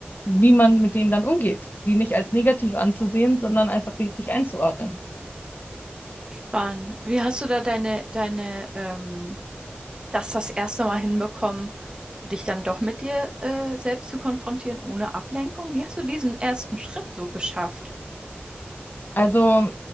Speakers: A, on the left; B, on the right.
A: wie man mit denen dann umgeht, die nicht als negativ anzusehen, sondern einfach richtig einzuordnen.
B: Spannend. Wie hast du da deine, deine, ähm, das das erste Mal hinbekommen, dich dann doch mit dir äh, selbst zu konfrontieren, ohne Ablenkung? Wie hast du diesen ersten Schritt so geschafft?
A: Also,